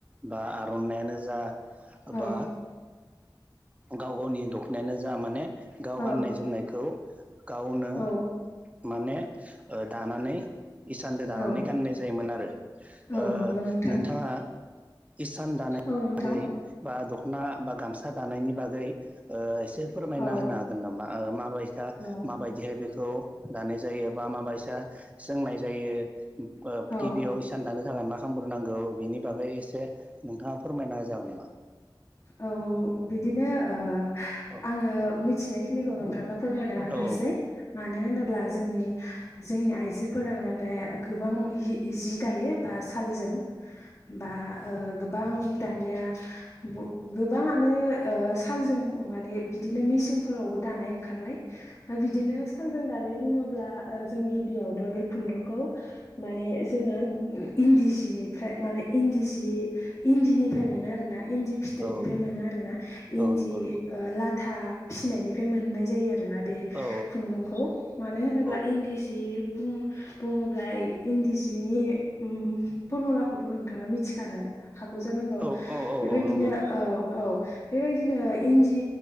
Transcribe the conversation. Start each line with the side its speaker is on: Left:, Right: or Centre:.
Right: बा आर'नायइानो जा
Left: औ
Right: बा गाव गावनि दख'नायानो जा माने गाव
Left: औ
Right: गाननाय जोमनायखौ गावनो
Left: औ
Right: माने ओ- दानानै इसानदो दानानै
Left: औ
Right: गाननाय जायोमोन आरो
Left: औ
Right: ओ-
Left: नंगौ नोंथां
Right: नोंथाङा इसान दानायनि
Left: औ नोंथां
Right: बागै बा दख'ना बा गामसा दानायनि बागै ओ- फोरमायना
Left: औ
Right: होनो हागोन नामा ओ- माबायसा
Left: औ
Right: माबायदिहाय बेखौ दानाय जायो बा माय सोंनाय जायो ओ
Left: औ
Right: गिबियाव इसान दानो मा खालामग्रोनांगौ बेनि बागै एसे नोंथाङा फोरमायना होजागोन नामा
Left: औ बिदिनो ओ-
Right: औ
Left: आङो मिथिनायखिनिखौ नों फोरमायना होनोसै
Right: औ
Left: मानो होनोब्ला जोंनि जोंनि आइजोफोर माने गोबां जि दायो बा सालजों बा ओ गोबां दानिया गोबाङानो ओ सालजों माने बिदिनो मेसिंनफोरावबो दानाय ओंखारबाय बिदिनो सानजों दानाय बुङोब्ला ओ जों गिबियावनो बे खुन्दुंखौ माने जोङो इनदिजि बेनिफ्राय माने इन्दि सि इन्दिनिफ्राय मोनो आरोना इन्दि फिथोबनिफ्राय
Right: औ
Left: मोनो आरोना
Right: औ
Left: इन्दि
Right: नंगौ नंगौ
Left: ओ लाथा फिनायनिफ्राय मोननाय जायो आरो आरोना बे
Right: औ
Left: खुन्दुंखौ मानो होनोब्ला
Right: औ
Left: इन्दि सि बुं बुङोब्ला इन्दि सिनि उम- फरमुलाखौथ' नोंथाङा मिथिखानो हागौ जानांगौ
Right: औ औ
Left: बेबायदिनो
Right: औ नंगौ
Left: ओ औ औ बेबायदिनो इन्दि